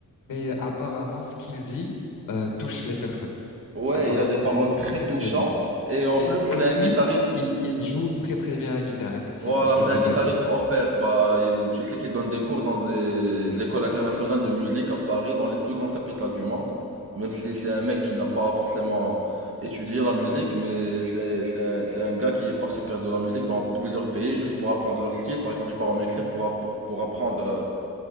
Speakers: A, on the left; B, on the right.
A: mais apparemment, ce qu'il dit euh, touche les personnes.
B: Ouais,
A: Apparemment,
B: il a des
A: ce
B: paroles
A: qu'il dit, c'est
B: très
A: très
B: touchantes.
A: très bien.
B: Et en
A: Et
B: plus, c'est
A: aussi,
B: un guitariste.
A: il, il joue très très bien la guitare, effectivement,
B: Voilà,
A: je te
B: c'est
A: le fais
B: un guitariste
A: pas dire.
B: hors pair. Bah, il, tu sais qu'il donne des cours dans des écoles internationales de musique à Paris, dans les plus grandes capitales du monde. Même si c'est un mec qui n'a pas forcément étudié la musique, mais c'est, c'est un, c'est un gars qui est parti faire de la musique dans plusieurs pays juste pour apprendre leur style. Par exemple, il part au Mexique pour, app- pour apprendre euh,